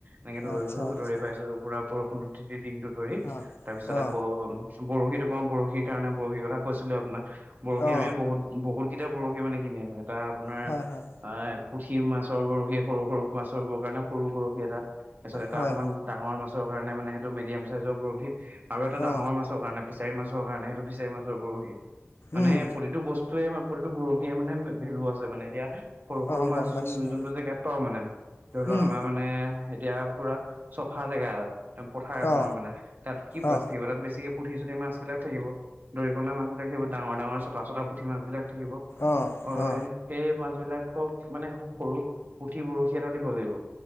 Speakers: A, on the right (about 40°); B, on the left (about 55°).
A: এনেকে ধৰিছো
B: আচ্ছা আচ্ছা
A: ধৰি পাইছো পুৰা বৰষুণ তিতি দিনটো ধৰি
B: অ
A: তাৰ পিছত
B: অ
A: আকৌ বৰশীটো টোপাও বৰশীৰ কাৰণে বৰশীৰ কথা কৈছিলো আপোনাক বৰশী
B: অ
A: আমি বহুত বহুত গিতা বৰশি মানে কিনি আনো এটা আপোনাৰ
B: হয় হয়
A: এ পুঠি মাছৰ বৰশী সৰু সৰু মাছৰ কাৰণে সৰু বৰশী এটা তাৰ পিছত এটা
B: হয়
A: অকমান ডাঙৰ মাছ কাৰণ মানে সেইটো মিডিয়াম চাইজৰ বৰশী আৰু এটা ডাঙৰ
B: অ
A: মাছ কাৰণে ফিচাৰী মাছৰ কাৰণে সেইটো ফিচাৰি মাছৰ বৰশী, মানে
B: উম
A: প্ৰতিটো বস্তু টোৱে প্ৰতিটো বৰশীয়ে মানে ভেলু আছে মানে এতিয়া সৰু
B: অ
A: সৰু
B: গম
A: মাছবোৰ
B: পাইছো অ
A: যোনটো জেগাত পাওঁ মানে ধৰি লওক
B: উম
A: আমাৰ মানে এতিয়া পুৰা চফা জেগা এটাত পথাৰ এখনৰ
B: অ
A: মানে তাত কি প্লাছ
B: অ
A: থাকিব তাত বেছিকে পুঠি চুঠি মাছ বিলাক থাকিব। দৰিকণা মাছ বিলাক থাকিব ডাঙৰ ডাঙৰ চটা চটা পুঠি মাছ বিলাক থাকিব
B: অ
A: হয়।
B: অ
A: সেই মাছবিলাকক মানে খুব সৰু পুঠি বৰশী এটা দিব লাগিব।